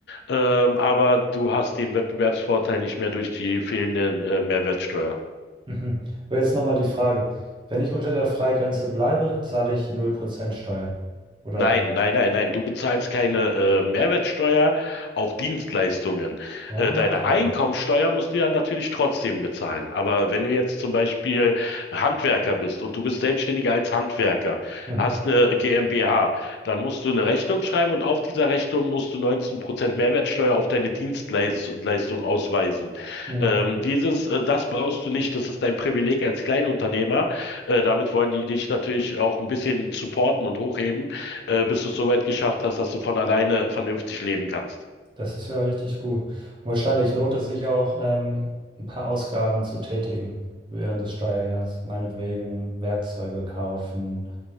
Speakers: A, on the left; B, on the right.
A: Ähm, aber du hast den Wettbewerbsvorteil nicht mehr durch die fehlenden äh, Mehrwertsteuer.
B: Mhm. Aber jetzt nochmal die Frage. Wenn ich unter der Freigrenze bleibe, zahle ich null Prozent Steuern. Oder?
A: Nein, nein, nein, nein. Du bezahlst keine äh, Mehrwertsteuer auf Dienstleistungen.
B: Ah,
A: Äh, deine
B: okay.
A: Einkommensteuer musst du ja natürlich trotzdem bezahlen. Aber wenn du jetzt zum Beispiel Handwerker bist und du bist Selbstständiger als Handwerker,
B: Mhm.
A: hast eine GmbH, dann musst du eine Rechnung schreiben und auf dieser Rechnung musst du 19% Mehrwertsteuer auf deine Dienstleistung ausweisen.
B: Mhm.
A: Ähm, dieses, äh, das brauchst du nicht. Das ist dein Privileg als Kleinunternehmer. Äh, damit wollen die dich natürlich auch ein bisschen supporten und hochheben äh, bis du es so weit geschafft hast, dass du von alleine vernünftig leben kannst.
B: Das ist ja richtig gut. Und wahrscheinlich lohnt es sich auch, ähm, ein paar Ausgaben zu tätigen während des Steuerjahres. Meinetwegen Werkzeuge kaufen